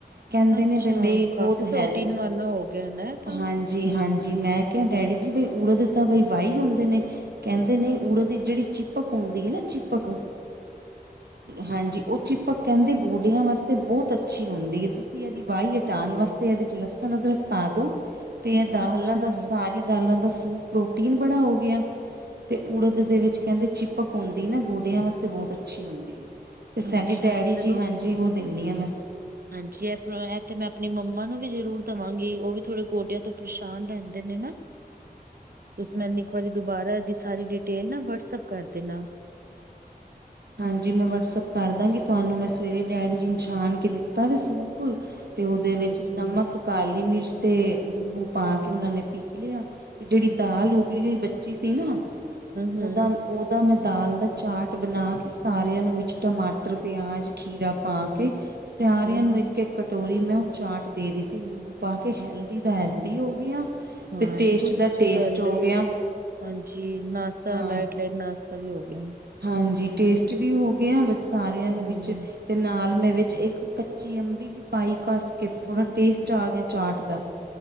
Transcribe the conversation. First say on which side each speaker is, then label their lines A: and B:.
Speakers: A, on the right; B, on the right.
A: ਕਹਿੰਦੇ
B: ਅੱਛਾ
A: ਨੇ, ਬ ਮੇ
B: ਕਾਫੀ
A: ਬਹੁਤ
B: ਪ੍ਰੋਟੀਨ
A: ਹੈ,
B: ਵਾਲਾ ਹੋ ਗਿਆ ਨਾ ਇਹ ਤਾਂ
A: ਹਾਂਜੀ। ਜੀ ਹਾਂਜੀ, ਮੈਂ ਕਿਹਾ ਡੈਡੀ ਜੀ ਬਈ ਉੜ ਦੇ ਤਾਂ ਬਈ ਵਾਹੀ ਹੁੰਦੇ ਨੇ? ਕਹਿੰਦੇ ਨਹੀ, ਉੜੇ ਦੀ ਜਿਹੜੀ ਚੀਪਕ ਹੁੰਦੀ ਏ ਨਾ ਚੀਪਕ? ਹਾਂਜੀ, ਉਹ ਚੀਪਕ ਕਹਿੰਦੇ ਗੋਡਿਆਂ ਵਾਸਤੇ ਬਹੁਤ ਅੱਛੀ ਹੁੰਦੀ ਏ। ਤੁਸੀਂ ਇਹਦੀ ਵਾਈ ਹਟਾਉਣ ਵਾਸਤੇ ਇਹਦੇ 'ਚ' ਲਸਣ, ਅਦਰਕ ਪਾ ਦੋ। ਤੇ ਦਾਲਾਂ
B: ਅੱਛਾ
A: ਦਾ, ਸਾਰੀ ਦਾਲਾਂ ਦਾ ਸੂਪ ਪ੍ਰੋਟੀਨ ਬੜਾ ਹੋ ਗਿਆ। ਤੇ ਉੜਦ ਦੇ ਵਿੱਚ ਕਹਿੰਦੇ ਚੀਪਕ ਹੁੰਦੀ ਨਾ ਗੋਡਿਆਂ ਵਾਸਤੇ ਬਹੁਤ ਅੱਛੀ ਹੁੰਦੀ ਏ‌। ਤੇ ਸਾਡੇ
B: ਅੱਛਾ
A: ਡੈਡੀ
B: ਚਲੋ
A: ਜੀ ਹਾਂਜੀ, ਉਹ ਦੇਨੀ ਆ ਮੈਂ।
B: ਹਾਂਜੀ, ' <unintelligible> ' ਇਹ ਤੇ ਮੈਂ ਆਪਣੀ ਮੰਮਾ ਨੂੰ ਵੀ ਜ਼ਰੂਰ ਦੇਵਾਂਗੀ। ਉਹ ਵੀ ਥੋੜੇ ਗੋਡਿਆਂ ਤੋਂ ਪਰੇਸ਼ਾਨ ਰਹਿੰਦੇ ਨੇ ਨਾ। ਤੁਸੀਂ ਮੈਨੂੰ ਇੱਕ ਵਾਰੀ ਦੁਬਾਰਾ ਇਹ ਦੀ ਸਾਰੀ ਡਿਟੇਲ ਨਾ ਵਟਸਪ ਕਰ ਦੇਨਾ।
A: ਹਾਂਜੀ, ਮੈਂ ਵਟਸਐਪ ਕਰ ਦਾਂਗੀ। ਤੁਹਾਨੂੰ ਮੈਂ ਸਵੇਰੇ ਡੈਡੀ ਜੀ ਨਛਾਣ ਕੇ ਦਿੱਤਾ ਵ ਸੂਪ ਪ ਤੇ ਉਹਦੇ
B: ਹਾਂਜੀ
A: ਵਿੱਚ ਨਮਕ
B: ਹੂੰ
A: ਕਾਲੀ ਮਿਰਚ ਤੇ ਨਿੰਬੂ ਪਾ ਕੇ ਉਹਨਾ ਨੇ ਪੀ ਲਿਆ। ਤੇ ਜਿਹੜੀ ਦਾਲ ਉਬਲੀ ਗਈ ਬੱਚੀ ਸੀ ਨਾ? ਉਹਦਾ-ਉਹਦਾ
B: ਹੂੰ
A: ਮੈਂ ਦਾਲ ਦਾ ਚਾਟ ਬਣਾ ਕੇ ਸਾਰਿਆਂ ਨੂੰ ਵਿੱਚ ਟਮਾਟਰ, ਪਿਆਜ, ਖੀਰਾ ਪਾ ਕੇ ਸਿਆਰਿਆਂ
B: ਹੂੰ
A: ਨੂੰ
B: ਹੂੰ
A: ਇੱਕ-ਇੱਕ ਕਟੋਰੀ ਮੈਂ ਉਹ ਚਾਟ ਦੇ ਦਿੱਤੀ ਨਿੰਬੂ ਪਾ ਕੇ। ਹੈਲਦੀ ਦਾ, ਹੈਲਦੀ ਹੋ ਗਿਆ।
B: ਹਾਂ,
A: ਤੇ ਟੇਸਟ
B: ਇਹ ਵੀ ਬਹੁਤ
A: ਦਾ
B: ਅੱਛੀ
A: ਟੇਸਟ
B: ਗੱਲ
A: ਹੋ
B: ਏ।
A: ਗਿਆ
B: ਹਾਂਜੀ ਨਾਸ਼ਤਾ
A: ਹਾਂ
B: ਲਾਈ ਪਲੇਟ ਨਾਸ਼ਤਾ ਵੀ ਹੋ ਗਿਆ।
A: ਹਾਂਜੀ, ਟੇਸਟ ਵੀ ਹੋ ਗਏ ਆ। ਸਾਰਿਆਂ
B: ਹੂੰ
A: ਨੂੰ ਵਿੱਚ ਤੇ ਨਾਲ ਮੈਂ ਵਿੱਚ ਇੱਕ ਕੱਚੀ ਅੰਬੀ ਵੀ ਪਾਈ ਘੱਸ ਕੇ। ਥੋੜਾ ਟੇਸਟ ਆ ਗਿਆ ਚਾਟ ਦਾ।